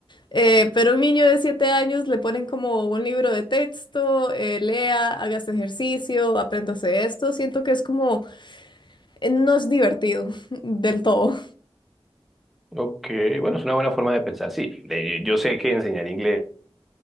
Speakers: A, on the left; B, in the centre.
A: Eh, pero a un niño de 7 años le ponen como un libro de texto, eh, lea, hagas ejercicio, apréndase esto. Siento que es como, eh, no es divertido <laughs> del todo.
B: Ok, bueno, es una buena forma de pensar, sí. de- yo sé que enseñar inglés